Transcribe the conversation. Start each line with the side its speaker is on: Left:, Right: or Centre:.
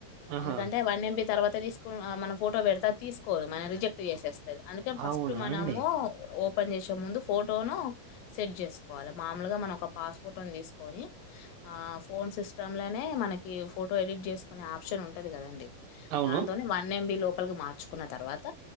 Right: ఆహా
Left: ఎందుకంటే వన్ ఎంబి తర్వాత తీసుకు మనం ఫోటో పెడతే తీసుకోదు మం రిజెక్ట్ చేసేస్త అందుకే ఫస్ట్
Right: అవునా
Left: మనము
Right: అండి
Left: ఓపన్ చేసే ముందు ఫోటోను సెట్ చేసుకోవాలి మామలుగా మనం ఒక పాస్పోటోని తీసుకొని ఆ ఫోన్ సిస్టమ్ లోనే మనకి ఫోటో ఎడిట్ చేసుకునే ఆప్షన్ ఉంటది కదండి
Right: అవును
Left: దాంతోనే వన్ ఎంబి లోపలికి మార్చుకున్న తర్వాత